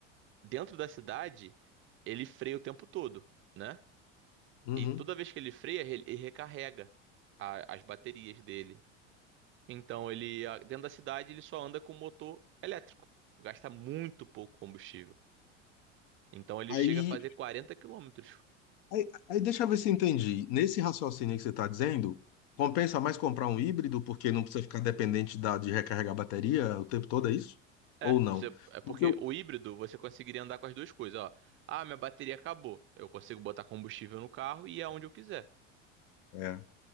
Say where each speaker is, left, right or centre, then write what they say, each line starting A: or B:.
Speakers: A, on the right; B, on the left.
A: dentro da cidade, ele freia o tempo todo, né?
B: Uhum.
A: E toda vez que ele freia, ele ele recarrega a- as baterias dele. Então, ele a- dentro da cidade, ele só anda com motor elétrico. Gasta muito pouco combustível. Então, ele
B: Aí
A: chega a fazer 40 quilômetros.
B: Aí, aí deixa eu ver se entendi. Nesse raciocínio que você está dizendo, compensa mais comprar um híbrido porque não precisa ficar dependente da, de recarregar a bateria o tempo todo, é isso? Ou
A: É,
B: não?
A: você- é porque
B: Porque eu-
A: o híbrido você conseguiria andar com as duas coisas, ó. Ah, minha bateria acabou. Eu consigo botar combustível no carro e ir aonde eu quiser.
B: É,